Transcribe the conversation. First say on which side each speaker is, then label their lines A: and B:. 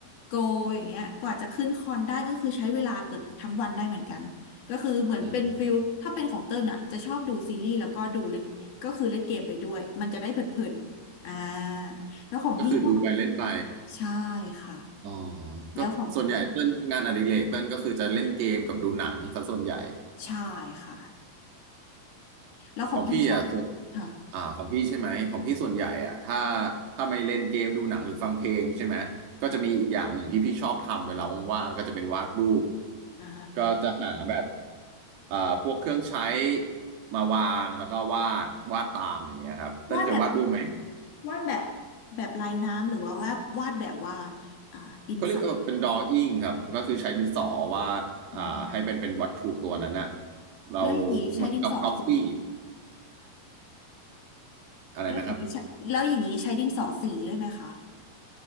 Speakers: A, on the left; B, on the right.
A: โกอย่างเงี้ยกว่าจะขึ้นคอนได้ก็คือใช้เวลาเกือบทั้งวันได้เหมือนกันก็คือเหมือนเป็นฟิลถ้าเป็นของเติ้ลอ่ะจะชอบดูซีรีส์แล้วก็ดูเล่นก็คือเล่นเกมไปด้วยมันจะได้เพลินๆอ่า
B: อืม
A: แล้วของพี่
B: ก็คือดูไปเล่นไป
A: ใช่ค่ะ
B: อ๋อ
A: แล้วของ
B: ก็ส่วนใหญ่เต้นงานอดิเรกเต้นก็คือจะเล่นเกมกับดูหนังซะส่วนใหญ่
A: ใช่ค่ะ แล้วของพี่ชอบค่ะ
B: ของพี่อ่ะส่วนอ่าของพี่ใช่ไหมของพี่ส่วนใหญ่อ่ะถ้าถ้าไม่เล่นเกมดูหนังหรือฟังเพลงใช่ไหมก็จะมีอีกอย่างหนึ่งที่พี่ชอบทำเวลาว่างๆก็จะเป็นวาดรูป
A: ค่ะอ่า
B: ก็จะหาแบบเอ่อพวกเครื่องใช้มาวางแล้วก็วาดวาดตามอย่างเงี้ยครับเต้นเคยวาดรูปไหม
A: วาดแบบวาดแบบแบบลายน้ำหรือว่าวาดวาดแบบว่าอ่าดินสอ
B: เขาเรียกว่าเป็นดรอ w ิ n งครับก็คือใช้ดินสอวาดอ่าให้เป็นเป็นวัตถุตัวนั้นอะ
A: อืม
B: เรา
A: แล้วอย่างนี้ใช้ดินสอสี
B: เหมือนกับก๊อปปี้อะไรนะครับ
A: แล้วอย่างนี้ใช้แล้วอย่างนี้ใช้ดินสอสีด้วยไหมคะ